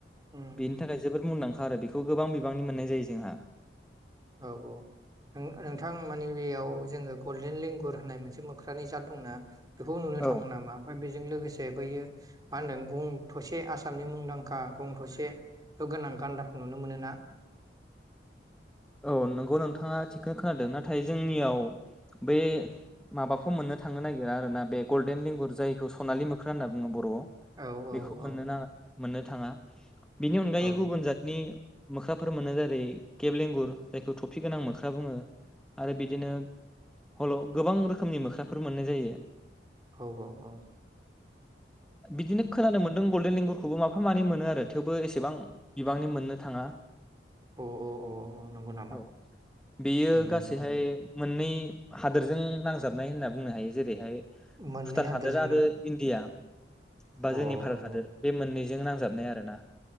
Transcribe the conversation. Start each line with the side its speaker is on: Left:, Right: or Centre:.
Right: उम
Centre: बेनि
Right: उम
Centre: थाखाय जोबोद मुंदांखा आरो बे खौ गोबां बिबांनि मोननाय जायो जोंहा
Right: औ औ नों नोंथां माने बेयाव जोङो गल्डेन लेंगुर होननाय मोनसे मोख्रानि जात दंना? बेखौ नुनो
Centre: औ
Right: थाङो नामा ओमफाय बेजों लोगोसे जे बैयो मा होनदों गं थसे आसामनि मुंदांखा गं थसेल गोनां गान्दाखौ नुनो मोनोना?
Centre: औ नोंगौ नोंथाङा थिगखोनो खोनादों नाथाय जोंनियाव बै माबाखौ मोननो थांनो नागिरा आरोना बे गल्डेन लेंंगुर जायखौ सनालि मोख्रा होनना बुङो बरआव।
Right: औ औ
Centre: बेखौ मोननो
Right: औ
Centre: नाङा मोननो थाङा बेनि अनगायै
Right: औ
Centre: गुबुन जातनि मोख्राफोर मोनो जेरै केेब लेंगुर जायखौ टफि गोनां मोख्रा बुङो। आरो बिदिनो हल गोबां रोखोमनि मोख्राफोर मोननाय जायो।
Right: औ औ औ
Centre: बिदिनो खोनानो मोन्दों गल्डेन लेंगुरखौबो माफा मानै मोनो आरो थेवबो एसेबां बिब बांनि मोननो थाङा
Right: अ अ अ नंगौ नामा
Centre: औ बेयो
Right: उम
Centre: गासैहाय
Right: उम उम
Centre: मोननै हादोरजों नांजाबनाय होनना बुंनो हायो जेरैहाय
Right: मोननै
Centre: फुटान
Right: हादोरजोंनो
Centre: हादोर आरो इण्डिया बा
Right: अ औ
Centre: जोंनि भारोत हादोर
Right: औ
Centre: बे मोननै जों नांजाबनाय आरो ना